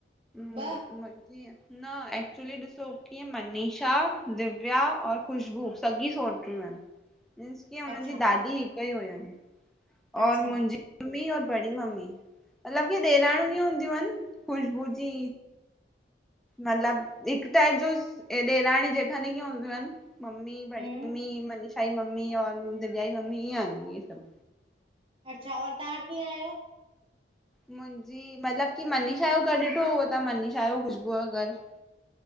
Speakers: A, in the centre; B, on the right.
A: म
B: ॿ
A: <unintelligible> न एक्चुली ॾिसो कीअं मनीषा दिव्या और खुशबू सॻी सोट्रियूं अनि।
B: <inaudible>
A: मींस कीयं
B: अच्छा
A: हुन जी दादी हिकु ई हुयनि
B: अच्छा
A: और मुंहिंजी मम्मी और बड़ी मम्मी मतिलबु कीअं ॾेराणीयूं हूंदियूं इन ख़ुशबू जी। मतिलबु हिकु टाइप जो ॾेराणी जेठानि इंय हूंदियूं आहिनि। मम्मी बड़ी
B: हम्म
A: मम्मी मनीषा जी मम्मी और दिव्या जी मम्मी ईंय हुदियूं इन सभु।
B: अच्छा और तां कीअं आहियो?
A: मुंहिंजी मतिलबु की मनीषा जो घर ॾिठो हुओ तव्हां मनीषा जो ख़ुशबूअ जो घर